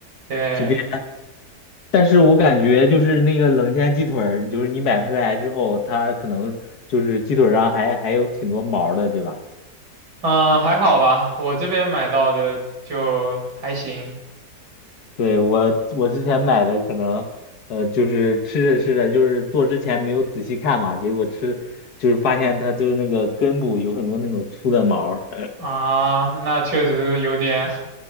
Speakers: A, on the right; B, on the left.
A: 对，
B: 这边。但是我感觉就是那个冷鲜鸡腿儿，就是你买回来之后，它可能就是鸡腿儿上还还有挺多毛儿的，对吧？
A: 嗯，还好吧，我这边买到的就还行。
B: 对，我我之前买的可能，呃，就是吃着吃着，就是做之前没有仔细看嘛，结果吃就是发现它就是那个根部有很多那种粗的毛儿
A: 啊，那确实有点